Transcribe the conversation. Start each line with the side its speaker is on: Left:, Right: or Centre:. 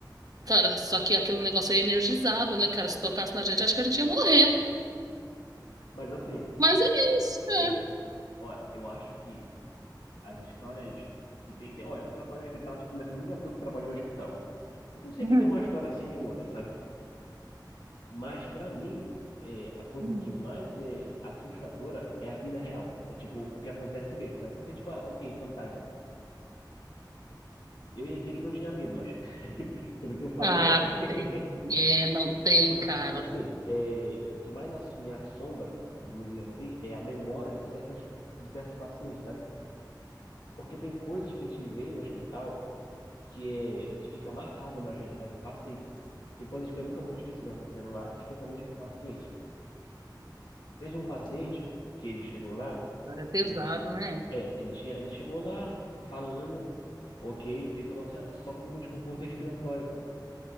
Right: cara, só que aquele negócio é energizado, né, cara? Se tocasse na gente, acho que a gente ia morrer.
Left: Mas, assim,
Right: Mas é isso, né?
Left: aham. Olha, eu acho que as histórias que tem. tem- Olha, eu trabalho no hospital, tipo, minha família toda trabalhou em hospital. Então sempre
Right: Uhum,
Left: tem uma história assim ou outra, sabe? Mas para mim, é, a coisa
Right: uhum,
Left: que mais é assustadora é a vida real. É tipo o que acontece mesmo, sabe? Porque tipo, ah, ok, fantasma. Eu ia dizer que não tinha medo, mas <laughs> pelo que eu falei,
Right: Ah,
Left: né? <laughs>
Right: tem. É, não tem,
Left: Mas,
Right: cara.
Left: mas assim, é, o que mais ass- me assombra, vamos dizer assim, é a memória de certas, de certos pacientes, sabe? Porque tem coisas que a gente vê em hospital que é, fica marcado na gente, sabe? Para sempre. Tem coisas que eu nunca vou esquecer que aconteceram lá, especialmente com pacientes. Teve um paciente que ele chegou lá
Right: Cara, é pesado,
Left: Ele,
Right: né?
Left: é, ele tinha, ele chegou lá falando, ok, ele falou assim, ah, só com um desconforto respiratório.